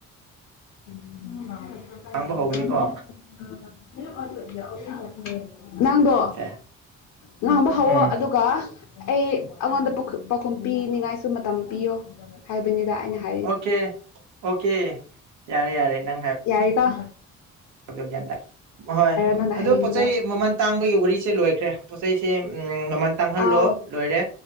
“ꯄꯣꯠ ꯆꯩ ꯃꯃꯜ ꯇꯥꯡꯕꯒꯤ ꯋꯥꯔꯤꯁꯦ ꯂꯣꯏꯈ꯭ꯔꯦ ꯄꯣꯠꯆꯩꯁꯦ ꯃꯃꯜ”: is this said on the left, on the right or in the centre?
Right